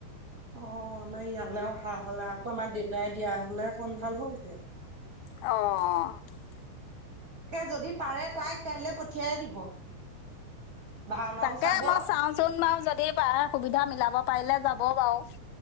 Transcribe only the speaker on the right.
অ', আমাৰ ইয়ালৈ অহা হ'লে আকৌ আমাৰ দেউতাই দিয়া হ'লে কন ভাল হ'লহঁতেন।
তাকে যদি পাৰে তাইক কাইলৈ পঠিয়াই দিব। ভাওনাও
চাব
অ',